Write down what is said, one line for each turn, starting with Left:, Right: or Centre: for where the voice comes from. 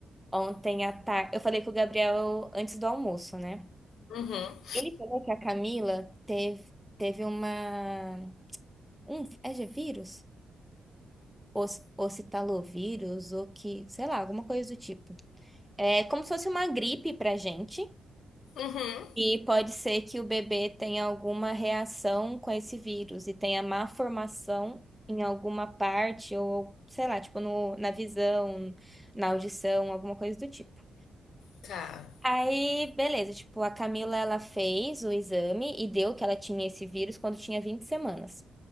Centre: ontem à tarde. Eu falei com o Gabriel antes do almoço, né?
Left: Uhum,
Centre: Ele falou que a Camila teve, teve uma. Um, é de vírus? Os- Ocitalovírus, ou que, sei lá, alguma coisa do tipo. É como se fosse uma gripe pra gente.
Left: uhum.
Centre: E pode ser que o bebê tenha alguma reação com esse vírus e tenha má formação em alguma parte, ou sei lá, tipo no, na visão, na audição, alguma coisa do tipo.
Left: Tá.
Centre: Aí, beleza, tipo, a Camila, ela fez o exame e deu que ela tinha esse vírus quando tinha 20 semanas.